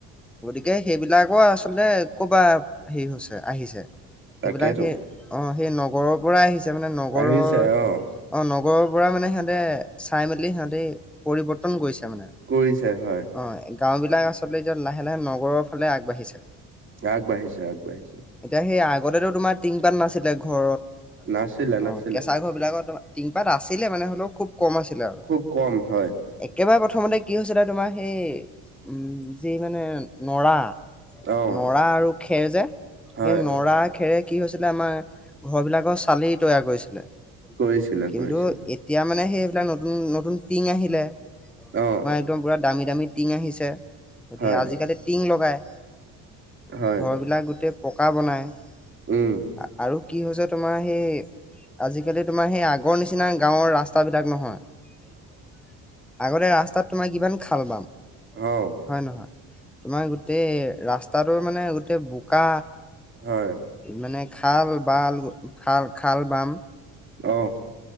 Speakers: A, in the centre; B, on the right.
A: গতিকে সেইবিলাকো আচলতে কৰ'বাত হেৰি হৈছে আহিছে।
B: তাকেটো।
A: সেইবিলাক সেই অ সেই নগৰৰ পৰাই আহিছে। মানে নগৰৰ
B: আহিছে অ
A: অ নগৰৰ পৰা মানে সিহঁতে চাই মেলি সিহঁতে পৰিৱৰ্তন কৰিছে মানে।
B: কৰিছে হয়
A: অ গাঁও বিলাক আচলতে এতিয়া লাহে লাহে নগৰৰ ফালে আগবাঢ়িছে।
B: আগবাঢ়িছে আগবাঢ়িছে।
A: এতিয়া সেই আগতেতো তোমাৰ টিংপাত নাছিলে ঘৰত
B: নাছিলে
A: অ
B: নাছিলে
A: কেঁচা ঘৰ বিলাকত, টিংপাত আছিলে মানে হ'লেও খুব কম আছিলে আৰু।
B: খুব কম হয়
A: একেবাৰে প্ৰথমতে কি হৈ হৈছে তাই তোমাৰ, সেই উম যি মানে নৰা
B: অ
A: নৰা আৰু খেৰ যে
B: হয়
A: সেই নৰা খেৰে কি হৈছিলে আমাৰ ঘৰ বিলাকৰ চালি তৈয়াৰ কৰিছিলে।
B: কৰিছিলে
A: কিন্তু
B: কৰিছিলে
A: এতিয়া মানে সেইবিলাক নতুন নতুন টিং আহিলে। তোমাৰ
B: অ
A: একদম পুৰা দামী দামী টিং আহিছে, গতিকে
B: হয়
A: আজিকালি টিং লগাই।
B: হয়
A: ঘৰবিলাক গোটেই পকা বনায়।
B: উম
A: আৰু কি হৈছে তোমাৰ সেই আজিকালি তোমাৰ সেই আগৰ নিচিনা গাঁওৰ ৰাস্তাবলাক নহয়। আগতে ৰাস্তাত তোমাৰ কিমান খাল-বাম,
B: অ
A: হয় নহয়? তোমাৰ গোটেই ৰাস্তাটোৰ মানে গোটেই বোকা
B: হয়
A: মানে খাল বাল খাল-খাল বাম
B: অ